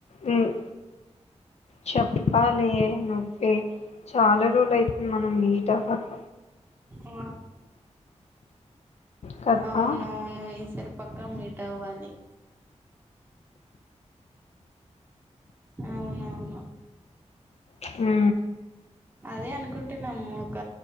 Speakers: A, on the left (about 65°); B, on the right (about 15°).
A: ఉమ్ చెప్పాలి నువ్వే చాలా రోజులు అయితుంది మనం మీట్ అవ్వక
B: ఊ
A: కదా
B: అవునవును ఈసరి పక్క మీట్ అవ్వాలి అవునవును
A: హు
B: అదే అనుకుంటున్నాము ఒక